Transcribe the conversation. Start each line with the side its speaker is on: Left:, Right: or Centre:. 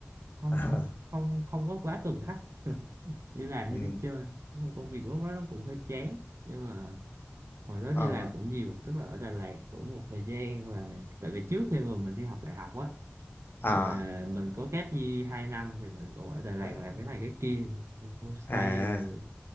Right: không
Left: <laughs>
Right: không không không có quá cần khách đi làm
Left: Ừ.
Right: như đi chơi Nhưng mà công việc lúc đó nó cũng hơi chán nhưng mà hồi đó đi
Left: Ờ.
Right: làm cũng nhiều tức là ở Đà Lạt cũng một thời gian là tại vì trước khi mà mình đi học đại học á
Left: à
Right: là mình có kép gì hai năm thì mình cũng ở Đà Lạt
Left: là-
Right: làm cái này cái kia homestay
Left: à
Right: rồi